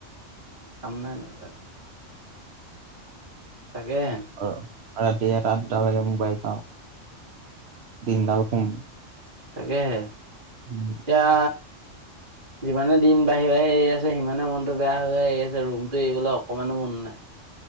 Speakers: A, on the right; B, on the right.
A: কাম নাই ন এটা। তাকেহে।
B: অ', ৰাতি এটা দুটালেকে মোবাইল চাওঁ, দিনডাল শুম।
A: তাকেহে।
B: উম।
A: এতিয়া যিমানে দিন বাঢ়ি, বাঢি আহি আছে, সিমানে মনতটো বেয়া হৈ হৈ আহি আছে, ৰুমটো এৰিবলৈ অকমানো মন নাই।